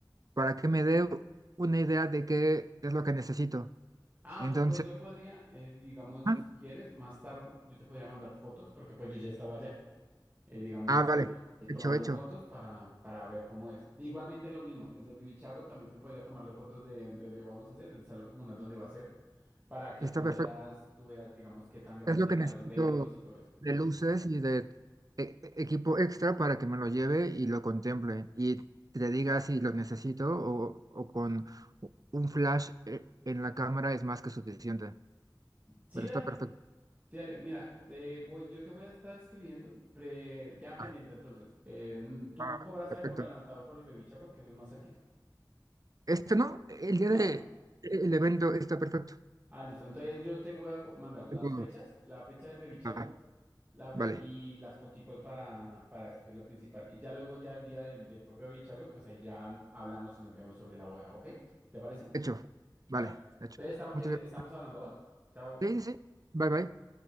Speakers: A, on the right; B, on the right.
A: para que me dé una idea de qué es lo que necesito.
B: Ah,
A: Entonces,
B: ok, pues yo podría, eh, digamos,
A: ah,
B: si quieres, más tarde, yo te podría mandar fotos, porque pues yo ya estaba allá, eh, digamos,
A: ah, vale.
B: eh, eh, tomarle
A: Hecho, hecho.
B: fotos para, para ver cómo es. Igualmente lo mismo, desde el baby shower también te podría tomarle fotos de, de donde vamos a hacer, el salón comunal donde va a ser, para que
A: Está
B: tú
A: perfecto.
B: veas, tú veas, digamos, qué tan grande
A: Es lo
B: necesita
A: que necesito
B: los velos y todo eso,
A: de
B: sí.
A: luces y de e- e- equipo extra para que me lo lleve y lo contemple y te diga si lo necesito o, o con un flash e- en la cámara es más que suficiente.
B: Sí,
A: Pero
B: dale.
A: está perfecto.
B: Sí, dale, mira, te voy, yo te voy a estar escribiendo, pre- queda pendiente
A: Ah,
B: entonces. Eh, n- tú
A: ah,
B: cobras
A: perfecto.
B: eh, por adelantado por el baby shower, que eso es más cerquita,
A: Este no, el día
B: ¿no?
A: de el evento está perfecto.
B: Ah, listo. Entonces yo te voy a gu- mandar las
A: Todo.
B: fechas, la fecha del baby shower,
A: Ah,
B: la fe-
A: vale,
B: y las foticos para, para eso, que es lo principal. Y ya luego, ya el día del, del propio baby shower, pues ahí ya hablamos y nos vemos sobre la boda, ¿ok? ¿Te parece?
A: hecho. Vale,
B: Dale.
A: hecho.
B: Entonces esta-
A: Muchas
B: eh,
A: gracias.
B: estamos hablando, ¿va? Chao.
A: Sí, sí. sí. Bye, bye.